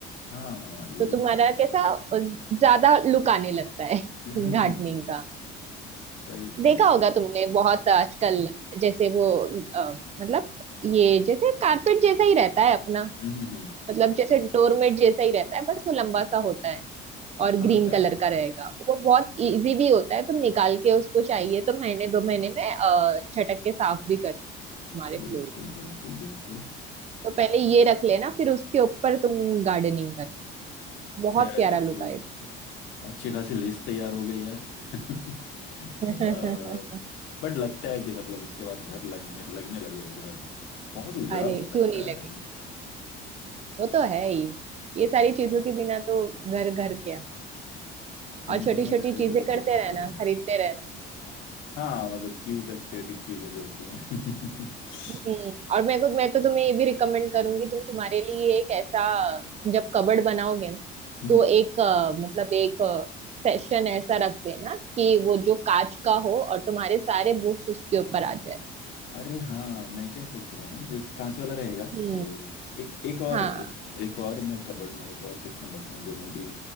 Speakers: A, on the left (about 70°); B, on the right (about 35°).
A: हाँ ये
B: तो
A: भी
B: तुम्हारा
A: सही
B: कैसा अ, ज्यादा लुक आने लगता है <laughs>
A: हम्म
B: गार्डनिंग
A: हम्म, हम्म, हम्म।
B: का
A: सही सही
B: देखा
A: सही
B: होगा तुमने बहुत आजकल जैसे वो अ, मतलब ये जैसे कारपेट जैसा ही रहता है अपना
A: हम्म हम्म, हम्म,
B: मतलब जैसे डोरमेट जैसा ही रहता है बस वो लंबा सा होता है और
A: हाँ
B: ग्रीन
A: यार
B: कलर का रहेगा वो बहुत इजी भी होता है तुम निकाल के उसको चाहिए तो महीने दो महीने में अ, झटक के साफ भी कर सकते हो तुम्हारे फ्लोर
A: बिल्कुल बिल्कुल बिल्कुल
B: तो पहले ये रख लेना फिर उसके ऊपर तुम गार्डनिंग करना बहुत
A: यार
B: प्यारा
A: ये तो
B: लुक आएगा
A: अच्छी खासी लिस्ट तैयार हो गई यार <laughs>
B: <laughs>
A: बट लगता है कि मतलब इसके बाद घर लगने लगने लगेगा घर बहुत उजड़ा
B: अरे
A: हुआ
B: क्यों
A: लग
B: नहीं
A: रहा है
B: लगेगा।
A: अभी
B: वो तो है ही ये सारी चीजों के बिना तो घर घर क्या
A: पेंटिंग
B: और छोटी
A: वगैरह
B: छोटी चीजें
A: का भी
B: करते
A: देखना
B: रहना
A: पड़ेगा
B: खरीदते रहना
A: हाँ मतलब क्यूट एस्थेटिक चीजें जो होती हैं <laughs>
B: हम्म और मेरे को मैं तो तुम्हें ये भी रिकमेंड करूंगी तुम तुम्हारे लिए एक ऐसा जब कबर्ड बनाओगे ना
A: हम्म
B: तो एक अ, मतलब एक सेशन ऐसा रख देना कि वो जो कांच का हो और तुम्हारे सारे बुक्स उसके ऊपर आ जाए
A: अरे हाँ मैं क्या सोच रहा हूँ जैसे कांच वाला रहेगा
B: हम्म
A: तो एक एक और
B: हाँ
A: एक और मैं कबर्ड में एक और सेक्शन रखूँ जो मेरी